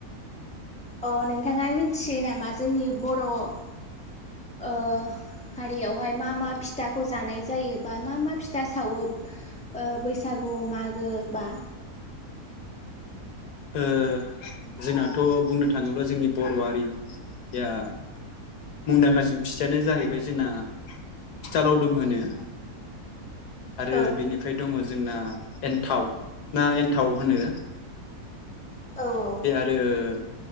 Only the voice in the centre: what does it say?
अ नोंथाङा मिथियो नामा जोंनि बर' अ हारियावहाय मा मा फिथाखौ जानाय जायो बा मा मा फिथा सावो अ बैसागु मागो बा?
औ
औ औ